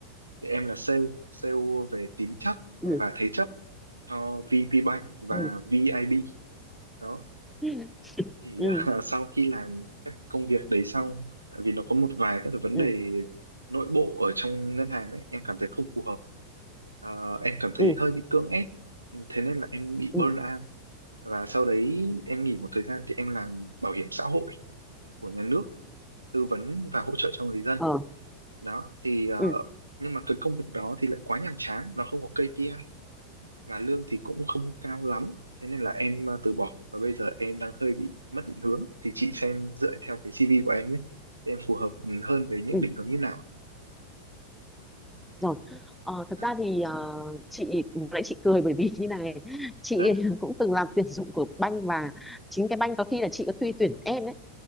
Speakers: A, on the right; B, in the centre.
A: thì em là sale sale về tín chấp
B: ừ
A: và thế chấp cho VP Bank và
B: ừ
A: VIB đó
B: ừ
A: thì
B: ừ
A: à, <laughs> sau khi làm các công việc đấy xong tại vì nó có một vài các cái vấn
B: ừ
A: đề nội bộ ở trong ngân hàng ấy em cảm thấy không phù hợp à, em cảm thấy
B: ừ
A: hơi bị cưỡng ép thế nên là em bị
B: ừ
A: burn out và sau đấy em nghỉ một thời gian thì em làm bảo hiểm xã hội của nhà nước tư vấn và hỗ trợ cho người dân
B: ờ
A: đó thì ờ,
B: ừ
A: nhưng mà cái công việc đó thì lại quá nhàm chán nó không có KPI và lương thì cũng không cao lắm thế nên là em ờ, từ bỏ và bây giờ em đang hơi bị mất định hướng thì chị xem dựa theo cái CV của em ấy thì em phù hợp ừ, hơn với những
B: ừ
A: định hướng như nào ạ?
B: Rồi, ờ, thật
A: dạ
B: ra thì ờ, chị lúc nãy chị cười bởi vì như này chị
A: dạ
B: <laughs> cũng từng làm tuyển dụng của banh và chính cái banh có khi là chị có thuê tuyển em ấy